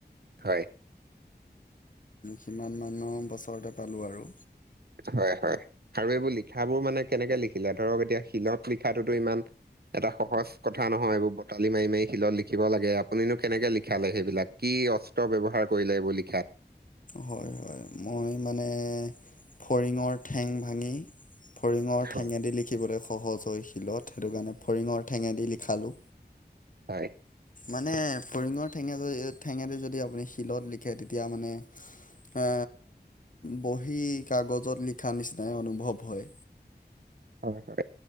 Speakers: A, on the right (about 65°); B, on the left (about 50°).
A: হয়।
B: সিমান মানৰ বছৰতে পালোঁ আৰু।
A: হয়-হয় আৰু এইবোৰ লিখাবোৰ মানে কেনেকে লিখিলে? ধৰক এতিয়া শিলত লিখাতোতো ইমান এটা সহজ কথা নহয় এইবোৰ বটালি মাৰি-মাৰি শিলত লিখিব লাগে আপুনো কেনেকে লিখালে সেইবিলাক? কি অস্ত্ৰ ব্যৱহাৰ কৰিলে এইবোৰ লিখাত?
B: হয়-হয় মই মানে ফৰিঙৰ ঠেং ভাঙি ফৰিঙৰ ঠেঙেদি
A: হয়,
B: লিখিবলৈ সহজ হয় শিলত সেইটো কাৰণে ফৰিঙৰ ঠেঙে দি লিখালোঁ।
A: হয়।
B: মানে ফৰিঙৰ ঠেঙা য ঠেঙাটো যদি আপুনি শিলত লিখে তেতিয়া মানে আ বহি কাগজত লিখা নিচিনাই অনুভৱ হয়।
A: হয়-হয়।